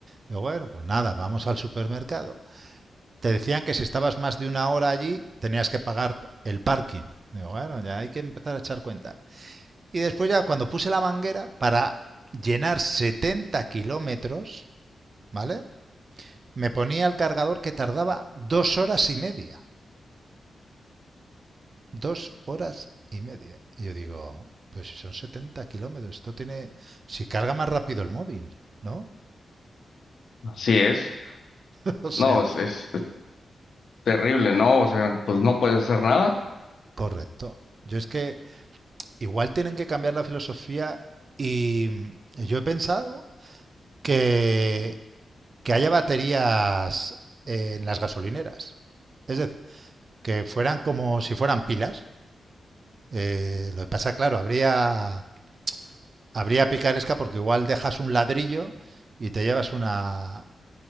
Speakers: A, on the right; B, on the left.
A: Digo, bueno, pues nada, vamos al supermercado. Te decían que si estabas más de una hora allí, tenías que pagar el parking. Digo, bueno, ya hay que empezar a echar cuenta. Y después ya cuando puse la manguera para llenar 70 kilómetros, ¿vale? Me ponía el cargador que tardaba dos horas y media. Dos horas y media. Y yo digo, pues si son 70 kilómetros, esto tiene... Si carga más rápido el móvil, ¿no?
B: Así es.
A: <laughs> O sea,
B: No, es, es es terrible, ¿no? O sea, pues no puedes hacer nada
A: correcto. Yo es que igual tienen que cambiar la filosofía y yo he pensado que, que haya baterías en las gasolineras. Es decir, que fueran como si fueran pilas. Eh, lo que pasa, claro, habría, habría picaresca porque igual dejas un ladrillo y te llevas una,